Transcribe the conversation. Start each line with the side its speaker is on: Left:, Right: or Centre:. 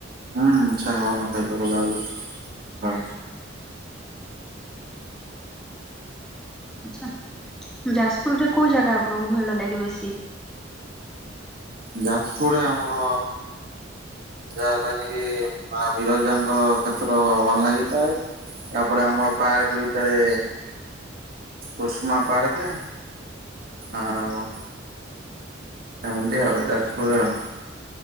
Right: ହୁଁ ସାଙ୍ଗମାନଙ୍କ ସହିତ ବୁଲାବୁଲି <unintelligible>
Centre: ଆଚ୍ଛା ଯାଜପୁରରେ କୋଉ ଜାଗା ଆପଣଙ୍କୁ ଭଲ ଲାଗେ ବେଶୀ?
Right: ଯାଜପୁର୍ ରେ ଆମର ଯାହା କହିନେ କି ମା ବିରଜାଙ୍କ କ୍ଷେତ୍ର ଭଲ ନାଗିଥାଏ। ତାପରେ ଆମର ପାର୍କ ଭିତରେ କସୁମା ପାର୍କ ଆଉ ଏମିତି ଆଉ ଏଇ ଯାଜପୁରରେ ଆଉ।